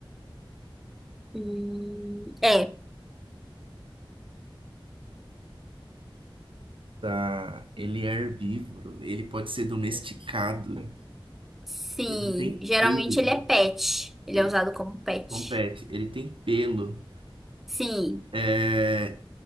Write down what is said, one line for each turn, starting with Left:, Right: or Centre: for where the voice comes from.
Centre: Hum, é.
Right: Tá. Ele é herbívoro. Ele pode ser domesticado.
Centre: Sim.
Right: Ele tem
Centre: Geralmente
Right: pelo.
Centre: ele é pet. Ele
Right: Ele
Centre: é usado como pet.
Right: Compete, ele tem pelo.
Centre: Sim.
Right: É,